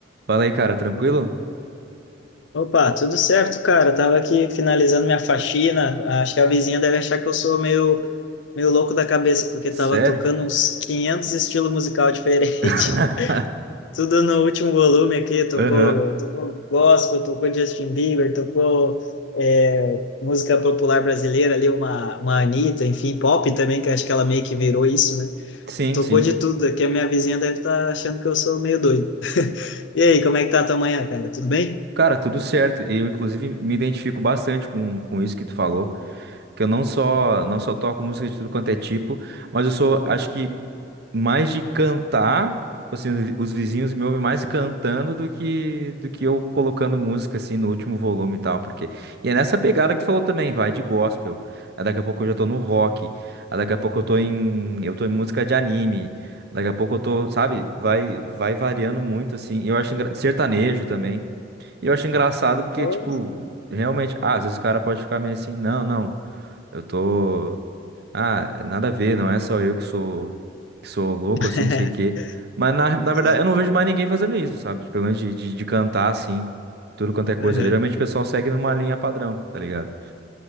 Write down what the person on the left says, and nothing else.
Opa, tudo certo, cara? Tava aqui finalizando minha faxina. Acho que a vizinha deve achar que eu sou meio, meio louco da cabeça, porque
tava tocando uns 500 estilos musical diferentes.
<laughs> Tudo no último volume aqui. Tocou,
tocou gospel, tocou Justin Bieber, tocou é, música popular brasileira ali, uma, uma Anitta, enfim, pop também, que acho que ela meio que virou isso, né?
Tocou
de tudo. Aqui a minha vizinha deve estar achando que eu sou meio doido. <laughs> E aí, como é que tá a tua manhã, cara? Tudo bem?
Ô,
<laughs>
Sim.
Uhum.